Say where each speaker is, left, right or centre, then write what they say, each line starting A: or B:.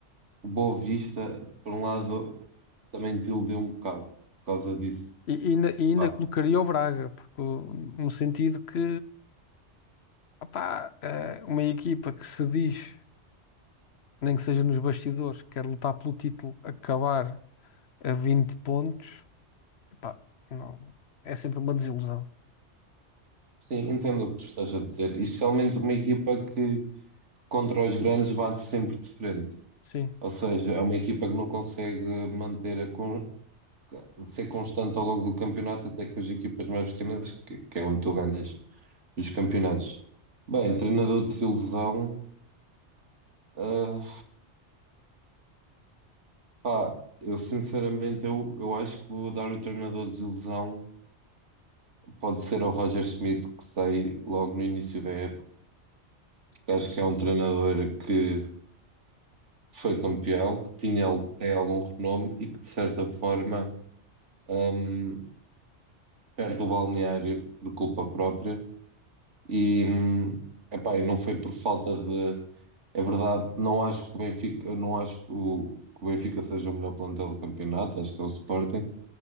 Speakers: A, on the right (about 85°); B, on the left (about 65°).
A: O Boa Vista, por um lado, também desiludiu um bocado por causa disso.
B: E ainda, e ainda
A: Pá,
B: colocaria o Braga, porque, o- no sentido que Opá, eh, uma equipa que se diz, nem que seja nos bastidores, que quer lutar pelo título, acabar a 20 pontos, epá, não, é sempre uma desilusão.
A: sim, entendo o que tu estás a dizer. E especialmente uma equipa que contra os grandes bate sempre de frente.
B: Sim.
A: Ou seja, é uma equipa que não consegue manter a con- ser constante ao longo do campeonato, até com as equipas mais pequenas, que, que é onde tu ganhas os campeonatos. Bem, treinador de desilusão, ah, pá, eu sinceramente eu, eu acho que vou dar o treinador de desilusão Pode ser o Roger Schmidt que sai logo no início da época, porque acho que é um treinador que foi campeão, que tinha, tem algum renome e que de certa forma hum, perde o balneário por culpa própria. E hum, epá, e não foi por falta de. É verdade, não acho que o Benfica, eu não acho que o, que o Benfica seja o melhor plantel do campeonato, acho que é o Sporting,